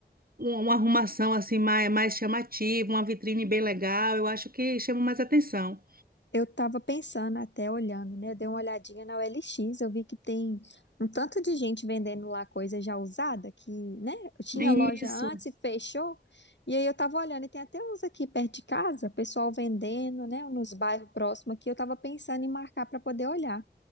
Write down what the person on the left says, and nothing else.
Eu estava pensando até olhando, né? Eu dei uma olhadinha na OLX, eu vi que tem um tanto de gente vendendo lá coisa já usada, que, né? Eu tinha
loja antes e fechou. E aí eu tava olhando, e tem até uns aqui perto de casa, pessoal vendendo, né? Nos bairros próximos aqui, eu tava pensando em marcar para poder olhar.